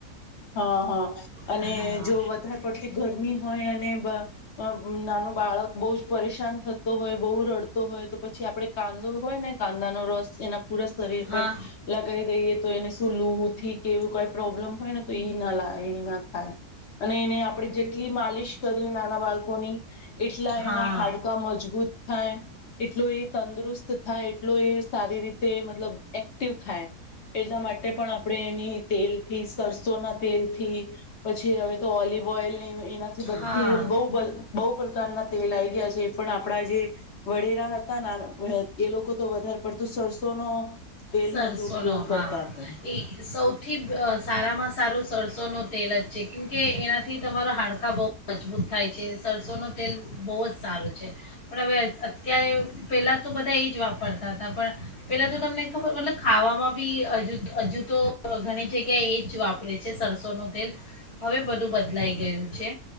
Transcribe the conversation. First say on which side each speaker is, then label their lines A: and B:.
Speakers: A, on the left; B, on the left.
A: હા હા અને
B: હા
A: જો વધારે પડતી ગરમી હોય ને અ અ નાનો બાળક બહુ જ પરેશાન થતો હોય બહુ રડતો હોય તો પછી આપડે કાંદો હોય ને કાંદાનો રસ એના પૂરા શરીર
B: હા
A: પર લગાવી દઈએ. તો એને શું લુવથી કેવું કોઈ પ્રોબ્લેમ હોય ને એ ના લા એઈ ના થાય. અને એને આપણે જેટલી માલિશ કરીએ નાના બાળકોની એટલા
B: હા
A: એના હાડકા મજબૂત થાય એટલું એ તંદુરસ્ત થાય એટલો એ સારી રીતે મતલબ એક્ટિવ થાય એટલા માટે પણ આપણે એની તેલથી સર તેલથી પછી હવે ઓલિવ ઓઈલ એનાથી બધી
B: હા
A: બવ બવ બ કારના તેલ આઈ ગયા છે એ પણ આપણા જે વડેરા હતા <unintelligible> એ લોકો તો વધારે પડતું સરસોનો તેલનો
B: સરસોનો
A: જ ઉપયોગ
B: હા
A: કરતા હતા
B: એ સૌથી અ સારામાં સારું સરસોનું તેલ જ છે કેમકે એનાથી તમારા હાડકા બહુ મજબૂત થાય છે સરસોનું તેલ બહુ જ સારું છે. પણ હવે અત્યારે પહેલાં તો બધા એ જ વાપરતા હતા પણ પહેલાં તો તમને ખબર મતલબ ખાવામાં બી હજુ હજુ તો ઘણી જગ્યાએ એ જ વાપરે છે સરસોનું તેલ હવે બધું બદલાઈ ગયું છે.